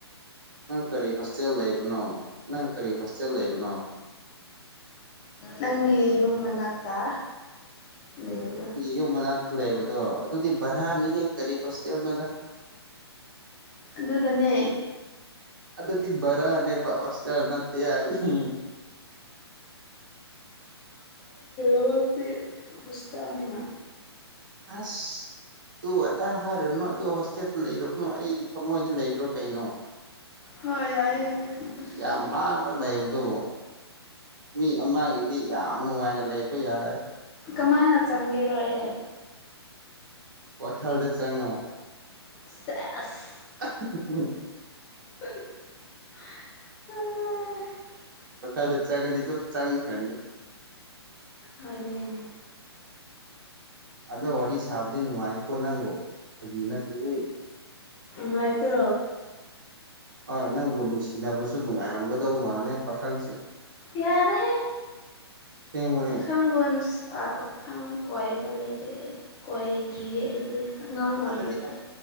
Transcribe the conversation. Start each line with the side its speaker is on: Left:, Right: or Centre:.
Right: ꯅꯪ ꯀꯔꯤ ꯍꯣꯁꯇꯦꯜ ꯂꯩꯕꯅꯣ ꯅꯪ ꯀꯔꯤ ꯍꯣꯁꯇꯦꯜ ꯂꯩꯕꯅꯣ꯫
Left: ꯅꯪꯒꯤ ꯌꯨꯝ ꯃꯅꯥꯛꯇ ꯂꯩꯕꯗꯣ꯫
Right: ꯌꯨꯝ ꯃꯅꯥꯛꯇ ꯂꯩꯕꯗꯣ ꯑꯗꯨꯗꯤ ꯚꯔꯥꯅꯤꯍꯦ ꯀꯔꯤ ꯍꯣꯁꯇꯦꯜꯅꯣꯗ꯫
Left: ꯑꯗꯨꯒꯅꯦ꯫
Right: ꯑꯗꯣꯗꯤ ꯕꯥꯔꯅꯦꯕ ꯍꯣꯁꯇꯦꯜ ꯅꯠꯇꯦ ꯍꯥꯏꯕꯅꯤ꯫
Left: ꯑꯗꯃꯛꯇꯤ ꯍꯣꯁꯇꯦꯜ ꯅꯤꯅ
Right: ꯑꯁ ꯑꯗꯨ ꯑꯗꯥ ꯍꯥꯏꯔꯨꯅꯨ ꯑꯗꯨ ꯍꯣꯁꯇꯦꯜꯗ ꯂꯩꯔꯨꯅꯨ ꯑꯩꯒꯤ ꯊꯃꯣꯏꯗ ꯂꯩꯈ꯭ꯔꯣ ꯀꯩꯅꯣ꯫ <inaudible>
Left: ꯍꯣꯏ ꯌꯥꯏꯌꯦ꯫ ꯑꯗꯨꯁꯨ
Right: ꯌꯥꯝ ꯍꯥꯡꯉꯒ ꯂꯩꯕꯗꯨꯕꯨ ꯃꯤ ꯑꯃꯒꯤꯗꯤ ꯌꯥꯝ ꯅꯨꯡꯉꯥꯏꯅ ꯂꯩꯕ ꯌꯥꯔꯦ꯫
Left: ꯀꯃꯥꯏꯅ ꯆꯪꯒꯔꯣ ꯑꯩ꯫
Right: ꯋꯥ ꯈꯜꯗ ꯆꯥꯡꯉ
Left: ꯁꯦꯁ
Right: <unintelligible>
Left: <unintelligible> <inaudible>
Right: ꯋꯥꯈꯜꯗ ꯆꯥꯒꯗꯤ ꯑꯗꯨꯝ ꯆꯪꯈ꯭ꯔꯅꯤ꯫
Left: ꯍꯅꯦꯅꯦ꯫
Right: ꯑꯗꯣ ꯋꯥꯔꯤ ꯁꯥꯕꯗꯤ ꯅꯨꯡꯉꯥꯏꯀꯣ ꯅꯪꯕꯨ ꯐꯥꯒꯤ ꯅꯠꯇꯦꯍꯦ꯫
Left: ꯎꯥꯏ ꯄ꯭ꯔꯣ꯫
Right: ꯍꯣꯏ ꯅꯪꯕꯨ ꯅꯨꯡꯁꯤꯅꯕꯁꯨ ꯅꯨꯡꯉꯥꯏꯔꯝꯒꯗꯧ ꯃꯥꯜꯂꯦ ꯄꯥꯈꯪꯁꯦ꯫
Left: ꯌꯥ ꯌꯥꯔꯦ
Right: ꯑꯁꯦꯡꯕꯅꯦ
Left: ꯄ ꯈꯪ ꯋꯥ ꯄꯥ ꯈꯪ ꯀꯣꯏꯕ ꯂꯩꯇꯦ ꯀꯣꯏꯗ꯭ꯔꯤꯌꯦ ꯑꯩꯗꯤ꯫ ꯑꯉꯥꯡ ꯑꯣꯏꯔꯤꯕꯗ
Right: ꯑꯗꯨꯗꯤ